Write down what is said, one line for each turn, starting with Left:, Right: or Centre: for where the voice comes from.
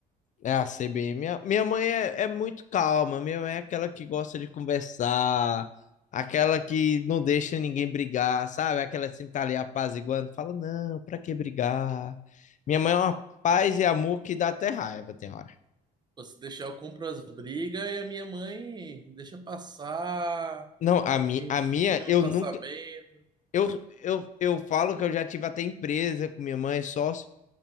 Left: É a CBN. Minha, minha mãe é, é muito calma. Minha mãe é aquela que gosta de conversar, aquela que não deixa ninguém brigar, sabe? Aquela que sempre tá ali apaziguando, fala, não, pra que brigar? Minha mãe é uma paz e amor que dá até raiva, tem hora.
Right: Pô, Se deixar, eu compro as brigas e a minha mãe deixa passar,
Left: Não, a, mi,
Right: fin-
Left: a
Right: finge
Left: minha,
Right: que não
Left: eu
Right: tá
Left: nunca.
Right: sabendo.
Left: Eu, eu, eu falo que eu já tive até empresa com minha mãe, sócio.